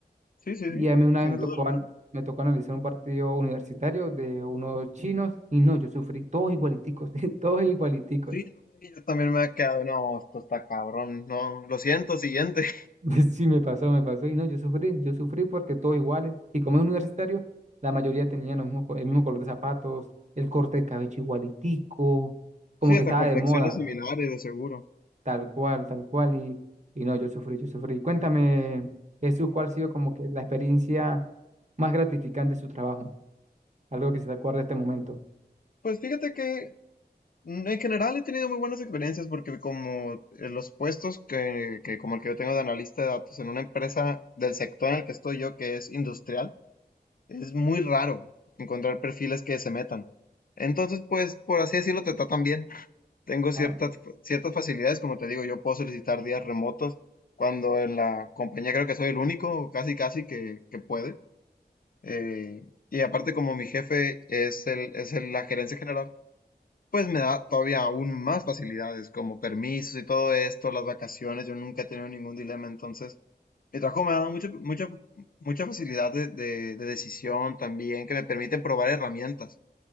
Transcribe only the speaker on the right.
Y
a mí una vez
me
tocó,
an- me tocó analizar un partido universitario de unos chinos y no, yo sufrí todos igualiticos, <laughs> todos igualiticos.
<laughs> Sí, me pasó, me pasó. Y no, yo sufrí, yo sufrí porque todos iguales. Y como es universitario, la mayoría tenían los mismos co- el mismo color de zapatos, el corte de cabello igualitico, como
que
estaba
de moda,
tal cual, tal cual. Y, y no, yo sufrí, yo sufrí. Cuéntame, Jesús, ¿cuál ha sido como que la experiencia más gratificante de su trabajo? Algo que se te acuerde de este momento.
Ah,